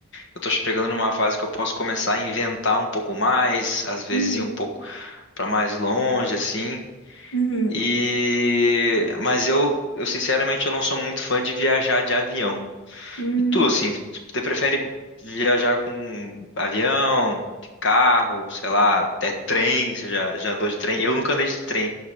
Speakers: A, on the left; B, on the left.
A: eu tô chegando numa fase que eu posso começar a inventar um pouco mais, às vezes
B: Uhum,
A: ir um pouco pra mais longe, assim.
B: uhum,
A: E mas eu eu sinceramente eu não sou muito fã de viajar de avião.
B: uhum.
A: E tu, assim, você prefere viajar com avião, carro, sei lá, até trem? Você já, já andou de trem? Eu nunca andei de trem.